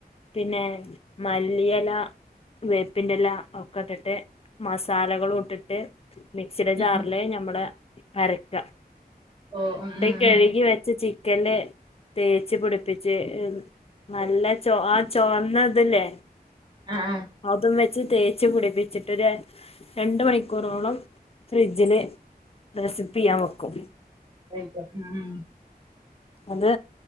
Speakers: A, on the left; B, on the right.
A: പിന്നെ മല്ലില വേപ്പിൻന്റെ ഇല ഒക്കെ ഇട്ടിട്ട് മസാലകളും ഇട്ടിട്ട് മിക്സിയുടെ
B: ഉം
A: ചാറില്
B: ഉം.
A: ഞമ്മള് അരക്ക
B: ഓ
A: ഇങ്ങട്ട്
B: ഉം ഉം
A: കഴുകി
B: ഉം
A: വ ചിക്കൻന്റെ തേച്ച് പിടിപ്പിച്ച് നല്ല ചോ ആ ചോന്താതില്ലേ
B: ആഹ ആ
A: അതും വെച്ച് തേച്ച് പിടിപ്പിച്ചിട്ട് രണ്ട് മണിക്കൂറോളം ഫ്രിഡ്ജില് റെസിപ്പി ചെയ്യാൻ വെക്കും
B: എത ഉ <unintelligible>
A: അത്